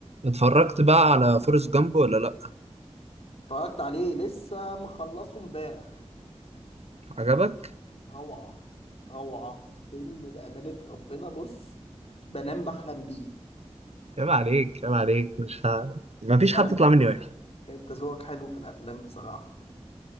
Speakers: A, on the right (about 65°); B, on the left (about 65°).
A: اتفرجت بقى على فورست جامب ولا لا
B: اتفرجت عليه لسه مخلصه امبارح
A: عجبك
B: روعة روعة فيلم بأمانة ربنا بص بنام بحلم بيه
A: عيب عليك عيب عليك مش ها... ما فيش
B: لا
A: حد
B: انت
A: يطلع مني وحش
B: انت ذوقك حلو في الافلام بصراحة